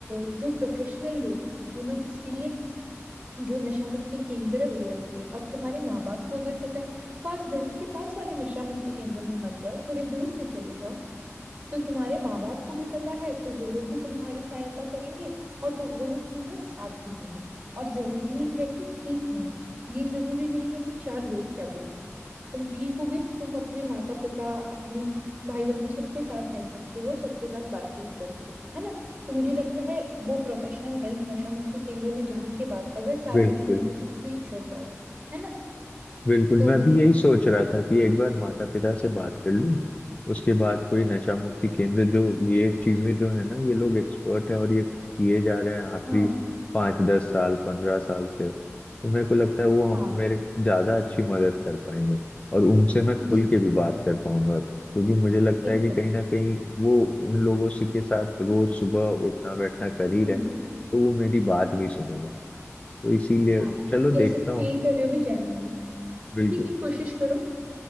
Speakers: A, on the right; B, on the left.
A: अ, जो प्रोफेशनल लोग हैं, जो लोग इसके लिए जो नशा मुक्ति केंद्र वगैरह हो गया अब तुम्हारे माँ बाप को अगर पता है पास घर के पास वाले नशा मुक्ति केंद्र में मत जाओ थोड़े दूर में चले जाओ तो तुम्हारे माँ बाप को भी पता है तो वो लोग भी तुम्हारी सहायता करेंगे और तो वो लोग तुम्हारा साथ भी देंगे और जरूरी है कि ठीक होना ये जरूरी नहीं है कि चार लोग क्या बोलेंगे तुम ठीक होगे तो तुम अपने माता पिता अपने भाई बंधु सबके साथ रह सकते हो सबके साथ बातचीत कर सकते हो है ना तो मुझे लगता है वो प्रोफेशनल हेल्प नशा मुक्ति केंद्र में जाने के बाद अगर सात
B: बिल्कुल
A: दिन के अंदर तुम नहीं छोड़ पा रहे है ना
B: बिल्कुल
A: तो
B: मैं
A: वही
B: भी यही सोच रहा था कि एक बार माता पिता से बात कर लूं उसके बाद कोई नशा मुक्ति केंद्र जो ये चीजें जो है ना ये लोग एक्सपर्ट है और ये किए जा रहे हैं आखिरी
A: हाँ
B: पाँच दस साल पंद्रह साल से तो मेरे को लगता है वो
A: हाँ
B: हम मेरे ज्यादा अच्छी मदद कर पाएंगे और उनसे मैं खुल
A: जी
B: के भी बात कर पाऊंगा क्योंकि मुझे लगता
A: एकदम
B: है कि कहीं ना कहीं वो उन लोगों से के साथ रोज सुबह उठना बैठना कर ही
A: हम्म
B: रहे हैं, तो वो मेरी बात भी सुनेंगे तो इसीलिए
A: हाँ
B: चलो देखता
A: कैसे
B: हूँ
A: फील कर रहे हो भी जानूंगी
B: बिल्कुल
A: ठीक है कोशिश करो